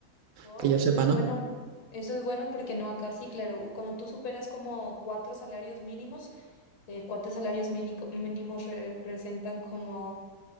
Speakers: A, on the left; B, on the right.
A: Wow,
B: que yo
A: eso
B: sepa,
A: es
B: ¿no?
A: bueno. Eso es bueno porque no, acá sí, claro. Cuando tú superas como cuatro salarios mínimos, eh, cuatro salarios mínico- mínimos representan como